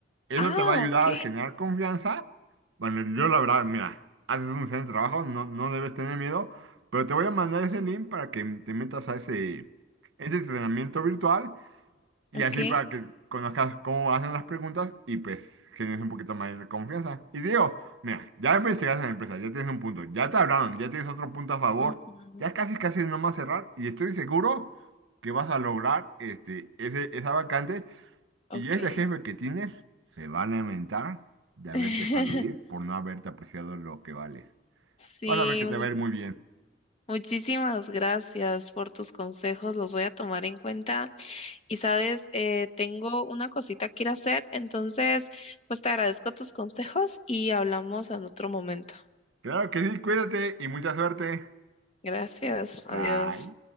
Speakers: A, on the right; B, on the left.
A: Eso
B: Ah,
A: te va a ayudar
B: ok.
A: a generar confianza. Bueno,
B: Mm,
A: yo la verdad, mira, haces un excelente trabajo, no, no debes tener miedo, pero te voy a mandar ese link para que te metas a ese, ese entrenamiento virtual y
B: Ok.
A: así para que conozcas cómo hacen las preguntas y pues generes un poquito más de confianza. Y digo, mira, ya investigaste en la empresa, ya tienes un punto, ya te hablaron, ya tienes otro punto a favor,
B: Ujú,
A: ya casi casi es nomás cerrar y estoy seguro que vas a lograr este, ese, esa vacante
B: Ok.
A: y ese jefe que tienes se va a lamentar de haber
B: <laughs>
A: dejado ir por no haberte apreciado lo que vales.
B: Sí,
A: Vas a ver que te
B: mu-
A: va a ir muy bien.
B: muchísimas gracias por tus consejos, los voy a tomar en cuenta. Y sabes, eh, tengo una cosita que ir a hacer, entonces, pues te agradezco tus consejos y hablamos en otro momento.
A: Claro que sí, cuídate y mucha suerte.
B: Gracias, adiós.
A: Bye.